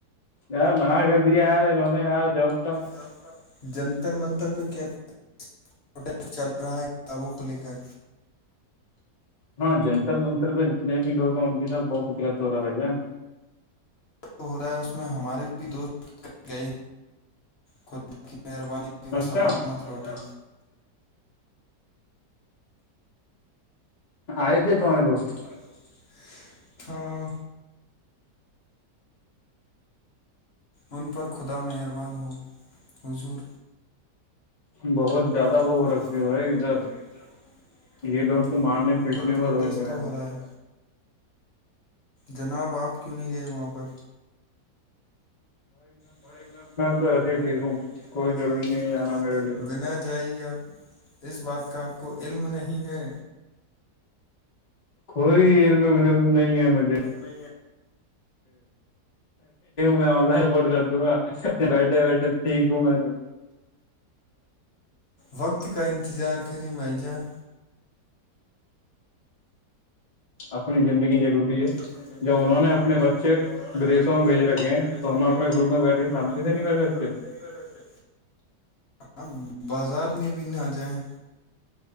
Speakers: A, on the left; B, on the left.
A: یار منع کر دیا یار انہوں نے یار جاب کا
B: جستہ جنتر منتر پہ کیاوسٹ چل رہا ہے کتابوں کو لے کر
A: ہاں جنتر منتر پہ جتنے بھی لوگ ہیں ان کے ساتھ بہت گغلط ہو رہا ہے بھیا
B: ہو رہا ہے اس میں ہمارے بھی دوست گئے خود کی مہربانی کی وہ
A: اچھا
B: سلامت لوٹے
A: آئدےتم دو استے
B: ہ ہاں ان پر خدا مہربان ہو حضور
A: بہت
B: بہت
A: وہ ہو
B: زیادہ
A: رکھے
B: وہ رکھتے
A: ادھر
B: بھائی ادھر
A: یہ لوگ تو مارنے پیٹنے
B: ادب
A: میں
B: پروٹیسٹ
A: بول رہے
B: تو
A: ہیں
B: ہو رہا ہے جناب آپ کیوں نہیں گئے وہاں پر بھائی میں بھیا
A: تو ایسے
B: میں
A: ہی ٹھیک
B: تو
A: ہوں
B: ایسے ہی ٹھیک ہوں
A: کوئی ضروری
B: کوئیی
A: نہیں ہے جانا
B: نہیں
A: میرے لیے
B: بنا جائے گے آپ اس بات کا آپ کو علم نہیں ہے
A: کوئی علم ولم نہیں ہے مجھے
B: نہیں ہے
A: میں آن لائن رپورٹ کر دوں گا بیٹھے بیٹھے ٹھیک ہوں میں تو
B: وقت کا انتظار کریں وائی جان
A: اپنی زندگ ضروری ہے
B: اپنی زندگی
A: جب انہوں
B: ضروری
A: نے اپنے
B: ہے
A: بچے
B: جب انہوں نے
A: بدیسوں
B: اپنے بچے
A: میں بھیج رکھے ہیں
B: بریسوں
A: تو
B: میں
A: ہم
B: بھیج
A: اپنے
B: رکھے
A: روم
B: ہیں
A: میں بیٹھ
B: تو
A: کے
B: ہم نے
A: شانتی
B: اپنے روم
A: سے نہیں
B: میں بیٹھ کے
A: سکتے
B: سامنے تے ہاں بازار میں بھی نہ آ جائیں